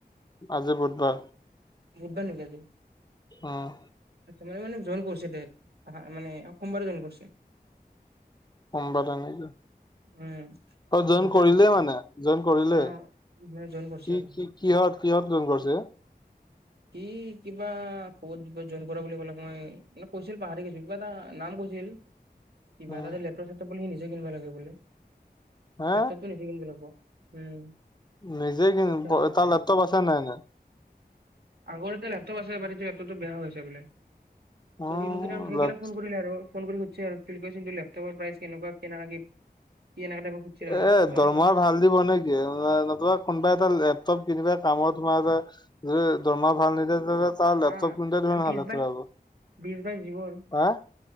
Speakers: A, on the left (about 25°); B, on the right (about 75°).
A: আজি বুধবাৰ
B: নিব ন গজ
A: আহ।
B: মানে মানে জইন কৰিছে দে ত মানে সোমবাৰে জইন কৰিছে।
A: সোমবাৰে নেকি?
B: উম
A: অ
B: আজি
A: জইন
B: বুধবাৰ
A: কৰিলেই মানে জইন কৰিলেই
B: অ
A: কি
B: মানে জইন কৰিছে আৰু
A: কি কিহঁত কিহঁত জন কৰিছে?
B: <unintelligible> কি কিবা ক জইন কৰা বুলি ক'লা মই মানে কৈছিল পাহৰি গৈছো কিবা এটা নাম কৈছিল। উম। কিবা
A: উম,
B: তাতে লেপটপ চেপটপ বুলি সি নিজে কিনিব লাগে ব
A: হে
B: লেপটপটো নিজে কিনিব লাগিব। উম।
A: নিজে কি
B: কৈছে আৰু
A: এটা লেপটপ আছে নে নাই।
B: আগৰ এয়া লেপটপ আছে বাৰী লেপটপটো বেয়া হৈছে বোলে।
A: অ
B: ত মখ হৈ
A: লেপ
B: গলে ফোন কৰিলা আৰু। ফোন কৰি খুজ আৰু কৰিছন্তু লেপটপৰ প্ৰাইচ কেনেুৱা কেনোকা কি? কি এনেকা টাইপৰ সুধিছিল আৰু
A: এ
B: মই ক'লো
A: দৰমহা
B: এনেকা এনেকা
A: ভাল দিব নেকি নতুবা কোনোবা এটা লেপটপ। কিবা কামত সোমোৱা যায় যে দৰমহ ভাল নিদে ত লেপটপ
B: অ
A: কিন ধ
B: বিশ
A: হালব
B: বাইশ বিশ বাইশ দিব আৰু
A: হা?